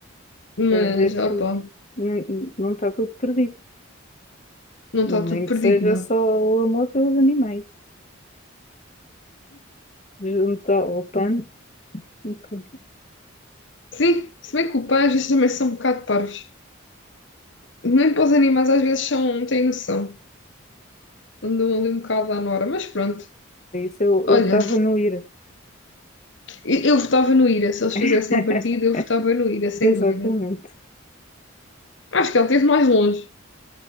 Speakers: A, on the left (about 60°); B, on the left (about 35°).
A: Mas,
B: Quer dizer
A: opa,
B: que não, não está tudo perdido.
A: não está
B: Nem
A: tudo perdido,
B: que seja
A: não.
B: só o amor pelos animais. Junto ao pano. e com-
A: Sim, se bem que o pai às vezes também são um bocado parvos. Nem para os animais às vezes são, têm noção. andou ali um bocado à Nora, mas pronto.
B: Isso eu,
A: Olha,
B: eu estava no IRA.
A: eu, eu votava no Ira, se eles fizessem
B: <laughs>
A: partido, eu votava no Ira, sem
B: Exatamente.
A: dúvida. Acho que ele esteve mais longe,